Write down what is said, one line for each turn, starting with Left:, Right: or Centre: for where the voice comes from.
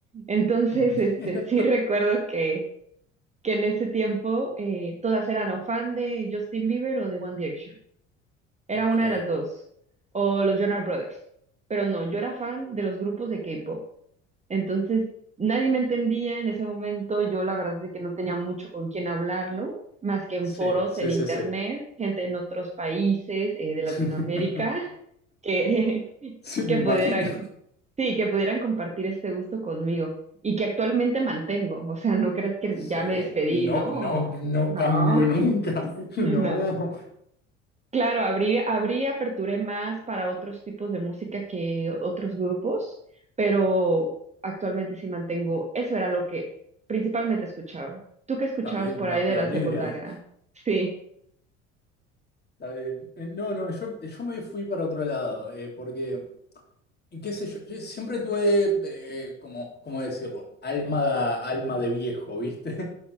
Right: Entonces,
Left: <laughs>
Right: este,
Left: Mira.
Right: sí recuerdo que que en ese tiempo eh, todas eran o fan de Justin Bieber o de One Direction. Era
Left: Ok,
Right: una de las dos, o los Jonas Brothers. Pero no, yo era fan de los grupos de K-pop. Entonces, nadie me entendía en ese momento. Yo la verdad es que no tenía mucho con quién hablarlo, más que en
Left: sí,
Right: foros,
Left: sí,
Right: en
Left: sí,
Right: internet,
Left: sí.
Right: gente en otros países eh, de Latinoamérica
Left: <laughs>
Right: que <laughs>
Left: Sí, me
Right: que
Left: imagino.
Right: pudieran, sí, que pudieran compartir este gusto conmigo y que actualmente mantengo. O sea, no creas que
Left: Sí,
Right: ya me despedí,
Left: no,
Right: no,
Left: no, no
Right: no,
Left: cambió nunca. <laughs>
Right: <laughs> no.
Left: No.
Right: Claro, abrí, abrí, aperturé más para otros tipos de música que otros grupos, pero actualmente sí mantengo, eso era lo que principalmente escuchaba. ¿Tú qué escuchabas
Left: Está bien,
Right: por
Left: una
Right: ahí de
Left: pionera.
Right: la secundaria? Sí,
Left: Está bien. Eh, no, no, yo, eh, yo me fui para otro lado, eh, porque, y qué sé yo, yo siempre tuve, eh, como, ¿cómo decirlo? Alma, da- alma de viejo, ¿viste?